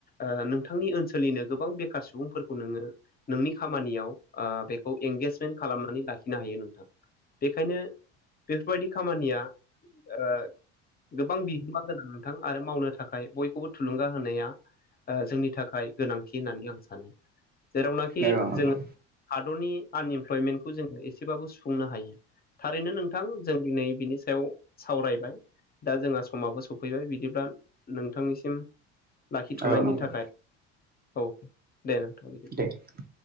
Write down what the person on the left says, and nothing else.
ओ नोंथांनि ओनसोलनिनो गोबां बेखार सुबुंफोरखौ नोङो नोंनि खामानियाव ओ बेखौ एंगेजमेन्ट खालामनानै लाखिनो हायो नोंथां। बेखायनो बेफोरबायदि खामानिया ओ गोबां बिहोमा गोनां नोंथां आरो मावनो थाखाय बयखौबो थुलुंगा होनाया ओ जोंनि थाखाय गोनांथि होननानै आं सानो जेरावनाखि
जोङो हादरनि आनइमप्लयमेन्टखौ जोङो एसेबाबो सुफुंनो हायो थारैनो नोंथां जों दिनै बिनि सायाव सावरायबाय दा जोंहा समाबो सौ फैबाय बिदिब्ला नोंथांनिसिम लाखिथ'नायनि
थाखाय औ दे नोंथां।